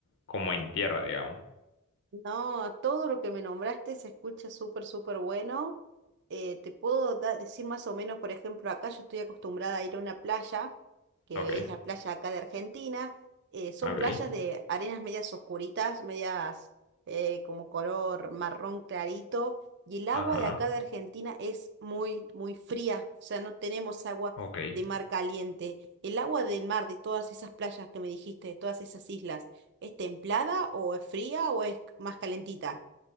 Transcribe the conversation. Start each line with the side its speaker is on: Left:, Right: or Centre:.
Left: como en tierra, digamos.
Right: No, todo lo que me nombraste se escucha súper, súper bueno. eh, te puedo da- decir más o menos, por ejemplo, acá yo estoy acostumbrada a ir a una playa, que
Left: Ok,
Right: es la playa acá de Argentina. eh, son
Left: ok.
Right: playas de arenas medias oscuritas, medias eh, como color marrón clarito. Y el agua
Left: Ajá.
Right: de acá de Argentina es muy, muy fría. O sea, no tenemos agua
Left: Ok.
Right: de mar caliente. ¿El agua del mar de todas esas playas que me dijiste, de todas esas islas, es templada o es fría o es más calentita?